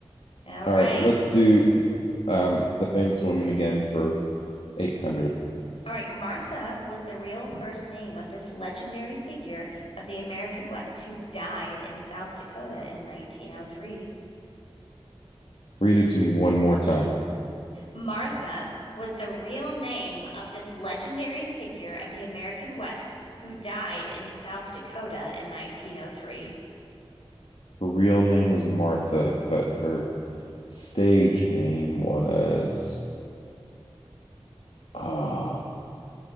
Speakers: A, on the left; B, on the left.
A: All
B: All
A: right.
B: right, let's do um, the famous woman again for 800.
A: All right. Martha was the real first name of this legendary figure of the American West who died in South Dakota in 1903.
B: Read it to me one more time.
A: Martha was the real name of this legendary figure of the American West who died in South Dakota in 1903.
B: Her real name was Martha, but her stage name was, oh,